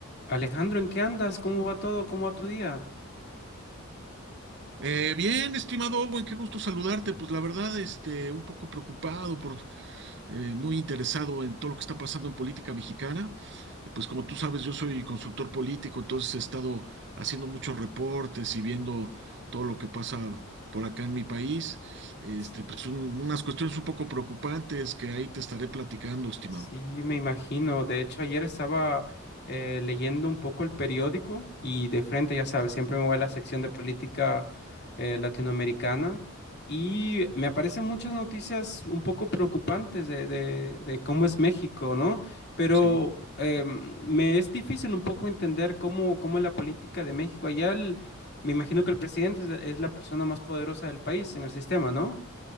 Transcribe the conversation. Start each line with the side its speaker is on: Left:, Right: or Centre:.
Left: Alejandro, ¿en qué andas? ¿Cómo va todo? ¿Cómo va tu día?
Right: Eh, bien, estimado Owen, qué gusto saludarte. Pues la verdad, este, un poco preocupado por, eh, muy interesado en todo lo que está pasando en política mexicana. Eh, Pues como tú sabes, yo soy consultor político, entonces he estado haciendo muchos reportes y viendo todo lo que pasa por acá en mi país. Este,
Left: S-
Right: pues un- unas cuestiones un poco preocupantes que ahí te estaré platicando, estimado.
Left: Sí, me imagino. De hecho, ayer estaba eh, leyendo un poco el periódico y de frente, ya sabes, siempre me voy a la sección de política eh, latinoamericana y me aparecen muchas noticias un poco preocupantes de, de- de cómo es México, ¿no? Pero
Right: Sí,
Left: em, me es difícil un poco entender cómo, cómo es la política de México. Allá el- me imagino que el presidente es la es la persona más poderosa del país en el sistema, ¿no?